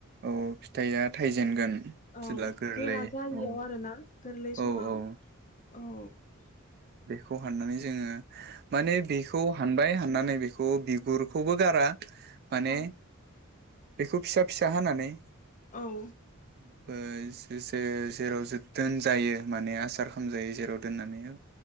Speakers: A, on the right (about 45°); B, on the left (about 35°).
A: औ फिथाइया थाइजेनगोन।
B: औ
A: जेब्ला गोरलै
B: गोरा जायियाव
A: औ
B: आरो ना गोरलै समाव
A: औ औ
B: औ
A: खौ हाननानै जोङो माने बेखौ हानबाय हाननानै बेखौ बिगुरखौबो गारा। माने
B: औ
A: बेखौ फिसा फिसा हानानै
B: औ
A: ओ जे-जे-जेराव जोबदोन जायो माने आसारखौ जाय जेराव दोनना लायो